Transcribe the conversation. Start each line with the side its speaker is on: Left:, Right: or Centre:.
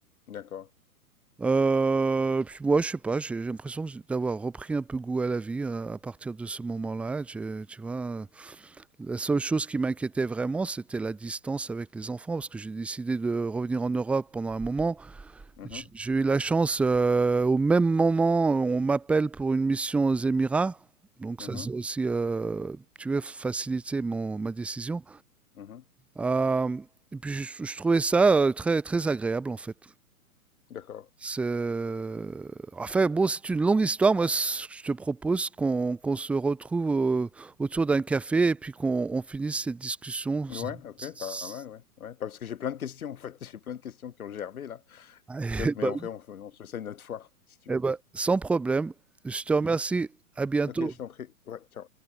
Left: D'accord.
Centre: Euh, puis moi, je sais pas, j'ai j'ai l'impression que j'ai- d'avoir repris un peu goût à la vie euh, à partir de ce moment-là. Tu, tu vois, La seule chose qui m'inquiétait vraiment, c'était la distance avec les enfants, parce que j'ai décidé de revenir en Europe pendant un moment.
Left: Mhm.
Centre: J- J'ai eu la chance, euh, au même moment, on m'appelle pour une mission aux Émirats, donc
Left: Mhm.
Centre: ça c'est aussi, euh, tu veux, faciliter mon, ma décision.
Left: Mhm.
Centre: Euh, et puis je, je trouvais ça euh, très, très agréable en fait.
Left: D'accord.
Centre: C'est- Enfin, bon, c'est une longue histoire. Moi, c- je te propose qu'on qu'on se retrouve au- autour d'un café et puis qu'on on finisse cette discussion. <laughs>
Left: Ouais, OK, pas mal, ouais, ouais. Parce que j'ai plein de questions, en fait. <laughs> J'ai plein de questions qui ont germé, là.
Centre: Eh
Left: Donc mais
Centre: ben,
Left: en fait on fait on se fait ça une autre fois, si tu
Centre: eh
Left: veux.
Centre: ben, sans problème. Je te remercie.
Left: Mmh.
Centre: À bientôt.
Left: OK, je t'en prie. Ouais, ciao.